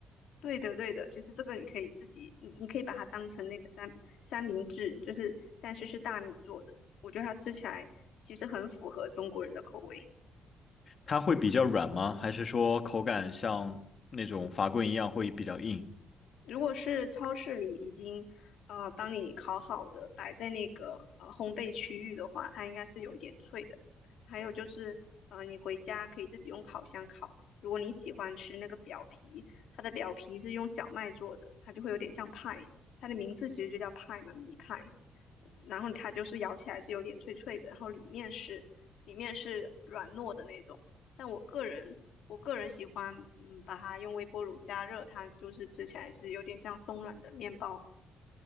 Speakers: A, on the left; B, on the left.
A: 对的，对的，就是这个，你可以自己，你你可以把它当成那个三三明治，就是但是是大米做的，我觉得它吃起来其实很符合中国人的口味。
B: 它会比较软吗？还是说口感像那种法棍一样会比较硬？
A: 如果是超市里已经呃帮你烤好的，摆在那个呃烘焙区域的话，它应该是有一点脆的。还有就是，呃，你回家可以自己用烤箱烤。如果你喜欢吃那个表皮，它的表皮是用小麦做的，它就会有点像派，它的名字其实就叫派嘛，米派。然后它就是咬起来是有点脆脆的，然后里面是里面是软糯的那种。但我个人我个人喜欢，嗯，把它用微波炉加热，它就是吃起来是有点像松软的面包。